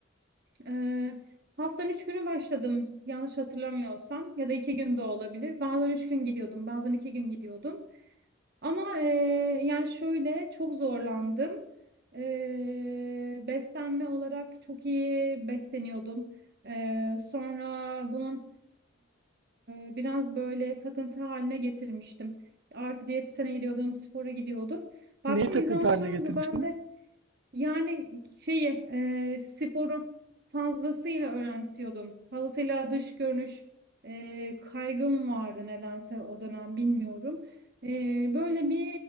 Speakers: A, on the right; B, on the right.
A: Ee, haftanın üç günü başladım yanlış hatırlamıyorsam ya da iki gün de olabilir. Bazen üç gün gidiyordum, bazen iki gün gidiyordum. Ama e, yani şöyle çok zorlandım. Ee, beslenme olarak çok iyi besleniyordum. Ee, sonra bunun e, biraz böyle takıntı haline getirmiştim. Artı diyetisyene gidiyordum, spora gidiyordum. Baktım
B: Neyi takıntı
A: bir zaman
B: haline
A: sonra
B: getirmiştiniz?
A: bu bende yani şeyi e, sporu fazlasıyla önemsiyordum. Fazlasıyla dış görünüş e, kaygım vardı nedense o dönem bilmiyorum. E, böyle bir